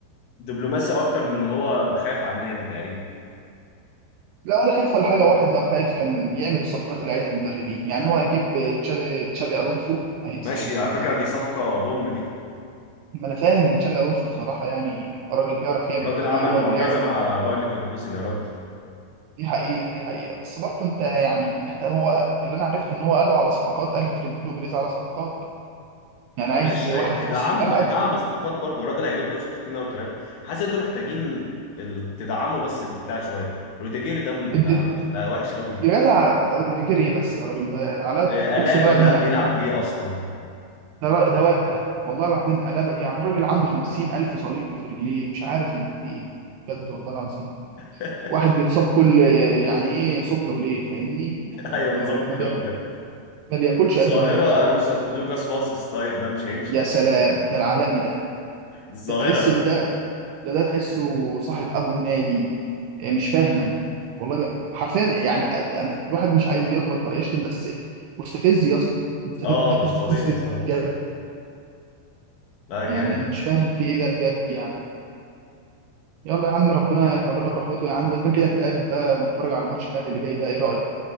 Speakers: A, on the left; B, on the right.
A: دبلوماسي اكتر من ان هو خايف على النادي تقريبا
B: لا ولا خايف ولا حاجه واحد لو خايف كان يعمل الصفقات اللي عايزها المدربين يعني هو هيجيب تشابي تشابي الونسو هيمسك
A: ماشي
B: ال...
A: على فكرة دي صفقة بوم دي
B: ما انا فاهم ان تشابي الونسو بصراحه يعني راجل بيعرف يعمل
A: الراجل
B: فريق
A: عمل
B: وراجل
A: معجزة
B: يعرف
A: مع باير ليفركوزن يا راجل
B: دي حقيقه دي حقيقه بس برضه انت يعني محتاج هو اللي انا عرفته ان هو قال له على صفقات قال لفلورنتينو بيريز على صفقات يعني عايز
A: ماشي
B: واحد
A: هي- هيدعم
B: في نص الملعب
A: هيدعم بصفقات برضو الراجل هيجيب له صفقتين او ثلاثة حاسس انتوا محتاجين ال- تدعموا بس الدفاع شوية روديجير ده م-
B: الد-
A: بقى بقى وحش قوي
B: يا جدع روديجير ايه بس يا راجل ده على
A: آه،
B: اقسم
A: ألابا
B: بالله
A: ده
B: العظيم انا
A: بيلعب ليه اصلا
B: ده ده ورده والله العظيم قلبه يعني راجل عنده 50000 صليبي في رجليه مش عارف انت في ايه بجد والله العظيم
A: <laughs>
B: واحد بيتصاب كل يعني ايه صبح وليل فاهمني يعني
A: ايوه
B: لو
A: بتصاب كتير
B: ما بياكل
A: قوي بجد
B: ما بياكلش
A: الظاهرة
B: قد ما بيتصاب
A: لوساس- لوكاس فازجس طيب ده مش هيمشي
B: يا سلام ده العالمي ده
A: الظاهرة
B: ده تحس
A: ده
B: ان ده ده ده تحسه صاحب ابو النادي إيه، مش فاهم انا والله ما- حرفيا يعني الواحد مش عايز يغلط ولا يشتم بس مستفز يا اسطى مستفز
A: اه مش طبيعي بصراحة
B: بجد
A: لا جامد
B: يعني انا مش فاهم في ايه ده بجد يعني يلا يا عم ربنا يتولانا برحمته يا عم اذا كان كده نتقابل بقى ونتفرج على ماتش الاهلي اللي جاي ده ايه رايك